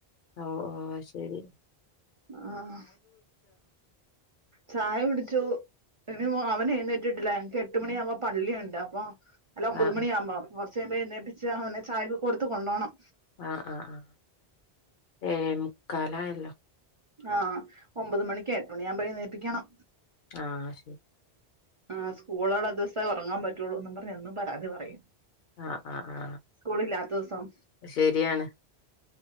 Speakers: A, on the left; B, on the right.
A: ഓ ഓ ശരി
B: ആഹ് ചായ കുടിച്ചു ഇനി അവന എഴുന്നേറ്റിട്ടില്ലേ എനിക്ക് എട്ട് മണി ആവുമ്പോ പള്ളിയുണ്ട് അപ്പൊ അല്ല ഒമ്പത്
A: ആ
B: മണി ആ്പോ പ്പിച്ചച്ച് അവനെ ചായക്ക് കൊടുത്ത കൊണ്ടുോണം
A: ആഹ ആഹ് ആഹ് കലായല്ലോ
B: ആഹ ഒമ്പത് മണിക്ക് എട്ട് മണി ആകുമ്പോഴേ ന നേൽപ്പിക്കണം
A: ആ ശരി
B: ആഹ് സ്കൂൾ റങ്ങാൻ പറ്റുള്ളൂന്ന് പറഞ്ഞഞ് എന്നും പരാതി പറയും
A: ആ ആ ആ
B: സ്കൂള ഇില്ലാത്ത ദിവസം
A: ശരിയാണ്